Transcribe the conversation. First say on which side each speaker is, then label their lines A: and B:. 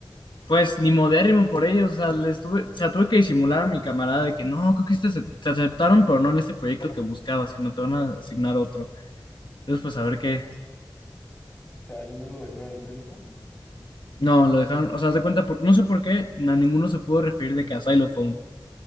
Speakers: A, on the left (about 70°); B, on the left (about 25°).
A: pues ni modérrimo por ellos, o sea, les tuve, o sea, tuve que disimular a mi camarada de que no, creo que este se, te aceptaron, pero no en este proyecto que buscaba, sino te van a asignar otro. Entonces, pues a ver qué.
B: Chale, no lo dejaron en Xylophone.
A: No, lo dejaron, o sea, haz de cuenta, por- no sé por qué, a ninguno se pudo referir de que a Xylophone.